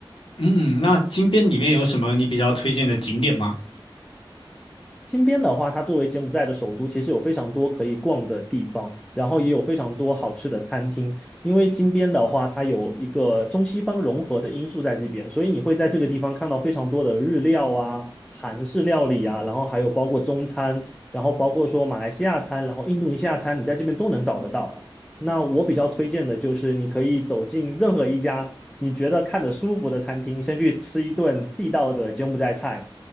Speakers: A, on the left; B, in the centre.
A: 嗯，那金边里面有什么你比较推荐的景点吗？
B: 金边的话，它作为柬埔寨的首都，其实有非常多可以逛的地方，然后也有非常多好吃的餐厅。因为金边的话，它有一个中西方融合的因素在这边，所以你会在这个地方看到非常多的日料啊、韩式料理啊，然后还有包括中餐，然后包括说马来西亚餐，然后印度尼西亚餐，你在这边都能找得到。那我比较推荐的就是你可以走进任何一家你觉得看着舒服的餐厅，先去吃一顿地道的柬埔寨菜。